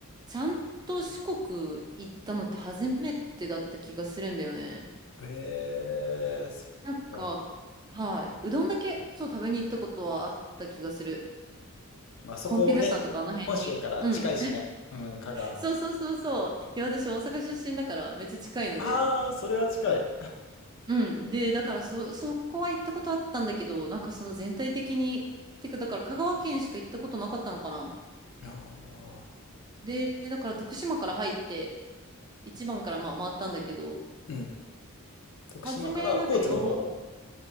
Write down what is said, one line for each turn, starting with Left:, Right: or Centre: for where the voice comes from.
Right: ちゃんと四国行ったのって初めてだった気がするんだよね。
Left: えーそっか。
Right: なんか、はい。うどんだけ、そう、食べに行ったことはあった気がする。
Left: まあそこね、
Right: コンピューラさんとかあの辺に。
Left: 本州から近いしね。
Right: うん。<laughs>
Left: うん、香川の。
Right: そうそうそうそう。で、私、大阪出身だから、めっちゃ近いので。
Left: ああ、それは近い。
Right: うん。で、だから、そ、そこは行ったことあったんだけど、なんかその全体的に、てか、だから香川県しか行ったことなかったのかな。
Left: <laughs> ああ、
Right: で、だから徳島から入って、一番からまあ回ったんだけど、
Left: うん。徳島から高知の方
Right: 初め、なんかよ、